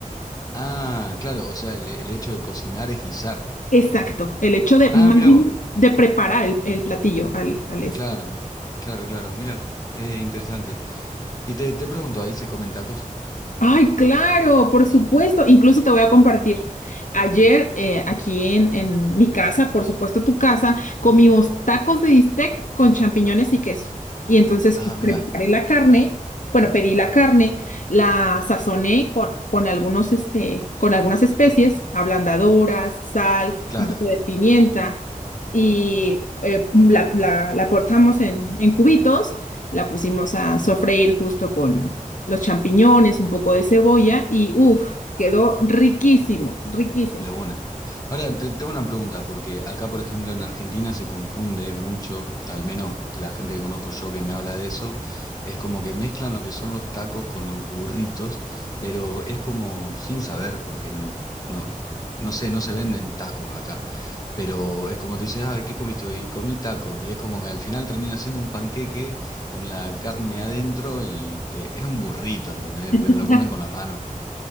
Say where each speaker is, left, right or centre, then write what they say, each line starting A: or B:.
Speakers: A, on the left (about 25°); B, on the left (about 65°).
A: Ah, claro, o sea, el, el hecho de cocinar es guisar.
B: Exacto, el hecho de
A: Ah,
B: más
A: mira
B: bien
A: vos,
B: de preparar el, el platillo al, al eso.
A: claro, claro, claro, mira, eh, interesante. Y te, te pregunto, ¿ahí se comen tacos?
B: Ay, claro, por supuesto. Incluso te voy a compartir. Ayer, eh, aquí en, en mi casa, por supuesto tu casa, comimos tacos de bistec con champiñones y queso. Y entonces
A: Ah, mira,
B: preparé la carne, bueno, pedí la carne, la sazoné con, con algunos, este, con algunas especies, ablandadoras, sal,
A: claro,
B: un poco de pimienta, y eh, la, la- la cortamos en, en cubitos, la pusimos a sofreír justo los champiñones, un poco de cebolla y uff, quedó riquísimo, riquísimo.
A: De una. Ahora, te tengo una pregunta, porque acá, por ejemplo, en Argentina se confunde mucho, al menos la gente que conozco yo que me habla de eso, es como que mezclan lo que son los tacos con los burritos, pero es como sin saber, porque no, no, no sé, no se venden tacos acá. Pero es como te dice, ay, ¿qué comiste hoy? Y Comí tacos. Y es como que al final termina siendo un panqueque con la carne adentro y te- es un burrito, ¿entendés?
B: <laughs>
A: Pero lo comen con la mano.